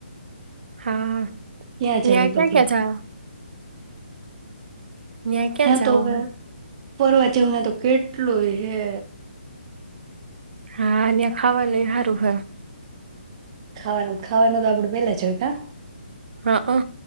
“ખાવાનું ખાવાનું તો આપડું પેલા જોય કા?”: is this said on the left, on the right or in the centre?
Right